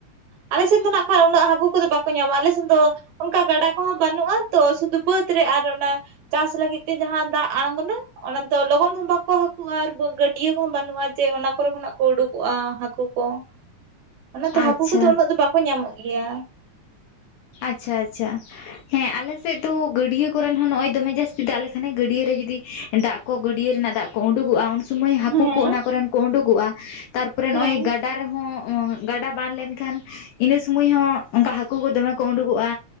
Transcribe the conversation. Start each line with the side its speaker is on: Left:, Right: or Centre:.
Right: ᱟᱞᱮ ᱥᱮᱱ ᱫᱚ ᱱᱟᱜ ᱠᱷᱟ ᱩᱱᱟᱹᱜ ᱦᱟᱹᱠᱩ ᱠᱚᱫᱚ ᱵᱟᱠᱚ ᱧᱟᱢᱟ ᱟᱞᱮ ᱥᱮᱱ ᱫᱚ ᱚᱱᱠᱟ ᱜᱟᱰᱟ ᱠᱚᱦᱚᱸ ᱵᱟᱹᱱᱩᱜᱼᱟ ᱛᱚ ᱥᱩᱫᱩ ᱵᱟᱹᱫ ᱨᱮ ᱟᱨ ᱚᱱᱟ ᱪᱟᱥ ᱞᱟᱹᱜᱤᱫ ᱛᱮ ᱡᱟᱦᱟᱸ ᱫᱟᱜ ᱟᱲᱝᱜᱱᱟ ᱚᱱᱟ ᱫᱚ ᱞᱚᱜᱚᱱ ᱦᱚᱸ ᱵᱟᱠᱚ ᱦᱟᱟᱹᱠᱩᱼᱟ ᱟᱨ ᱜᱟᱹᱰᱭᱟᱹ ᱠᱚᱦᱚᱸ ᱵᱟᱹᱱᱩᱜᱼᱟ ᱡᱮ ᱚᱱᱟ ᱠᱚᱨᱮ ᱠᱷᱚᱱᱟᱜ ᱠᱚ ᱩᱰᱩᱠᱚᱜᱼᱟ ᱦᱟᱟᱹᱠᱩ ᱠᱚ ᱚᱱᱟᱛᱮ
Left: ᱟᱪᱪᱷᱟ
Right: ᱦᱟᱹᱠᱩ ᱠᱚᱫᱚ ᱩᱱᱟᱹᱜ ᱫᱚ ᱵᱟᱠᱚ ᱧᱟᱢᱚᱜ ᱜᱮᱭᱟ
Left: ᱟᱪᱪᱷᱟ ᱟᱪᱪᱷᱟ ᱦᱮᱸ ᱟᱞᱮ ᱥᱮᱫ ᱫᱚ ᱜᱟᱹᱰᱭᱟᱹ ᱠᱚᱨᱮᱱ ᱦᱚᱸ ᱱᱚᱜᱼᱚᱭ ᱫᱚᱢᱮ ᱡᱟᱹᱥᱛᱤ ᱫᱟᱜ ᱟᱞᱮ ᱠᱷᱟᱱᱮ ᱜᱟᱹᱰᱭᱟᱹ ᱨᱮ ᱡᱩᱫᱤ ᱫᱟᱜ ᱠᱚ ᱜᱟᱹᱰᱭᱟᱹ ᱨᱮᱱᱟᱜ ᱫᱟᱜ ᱠᱚ ᱩᱰᱩᱠᱚᱜᱼᱟ ᱥᱩᱢᱟᱹᱭ ᱦᱟᱠᱩᱠᱩ
Right: ᱦᱮᱸ
Left: ᱚᱱᱟ ᱠᱚᱨᱮᱱ ᱠᱚ ᱩᱰᱩᱠᱚᱜᱼᱟ ᱛᱟᱨᱯᱚᱨᱮ
Right: ᱦᱮᱸ
Left: ᱱᱚᱜ ᱚᱚᱭ ᱜᱟ ᱛᱟ ᱨᱮᱦ <unintelligible> ᱜᱟᱰᱟ ᱵᱟᱱ ᱞᱮᱱᱠᱷᱟᱱ ᱤᱱᱟᱹ ᱥᱩᱢᱟᱹᱭ ᱦᱚᱸ ᱚᱱᱠᱟ ᱦᱟᱟᱹᱠᱩ ᱠᱚ ᱫᱚᱢᱮ ᱠᱚ ᱩᱰᱩᱠᱚᱜᱼᱟ